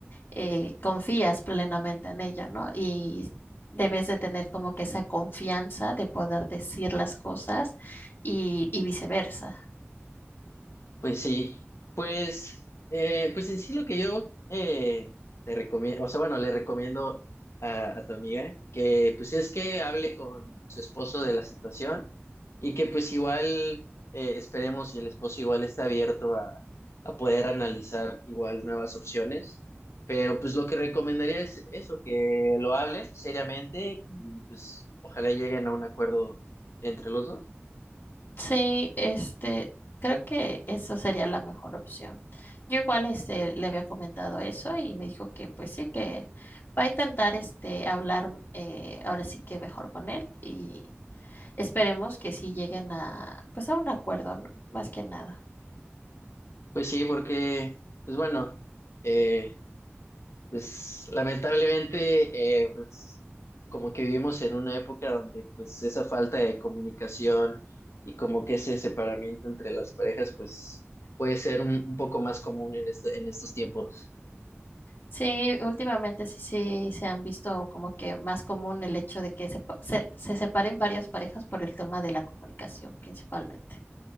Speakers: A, on the left; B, on the left.
A: eh, confías plenamente en ella, ¿no? Y debes de tener como que esa confianza de poder decir las cosas y, y viceversa.
B: Pues sí, pues, eh, pues en sí lo que yo eh, te recomiendo, o sea, bueno, le recomiendo a, a tu amiga que pues es que hable con su esposo de la situación y que pues igual eh, esperemos y el esposo igual está abierto a, a poder analizar igual nuevas opciones, pero pues lo que recomendaría es eso, que lo hablen seriamente y pues ojalá lleguen a un acuerdo entre los dos.
A: Sí, este, creo que eso sería la mejor opción. Yo igual este le había comentado eso y me dijo que pues sí, que va a intentar este hablar eh, ahora sí que mejor con él y esperemos que sí lleguen a pues a un acuerdo, ¿no? Más que nada.
B: Pues sí, porque, pues bueno. Eh, Pues lamentablemente, eh, pues, como que vivimos en una época donde pues esa falta de comunicación y como que ese separamiento entre las parejas pues puede ser un, un poco más común en este- en estos tiempos.
A: Sí, últimamente sí, sí se han visto como que más común el hecho de que se, se se separen varias parejas por el tema de la comunicación principalmente.